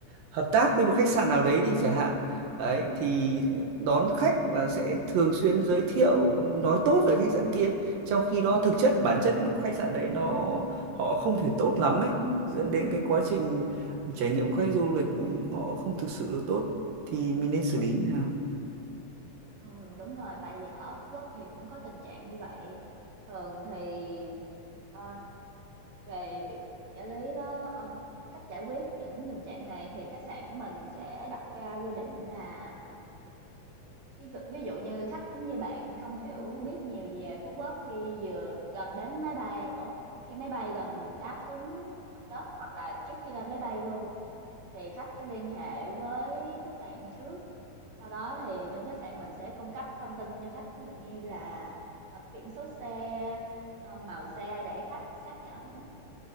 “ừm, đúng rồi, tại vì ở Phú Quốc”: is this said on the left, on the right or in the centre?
Right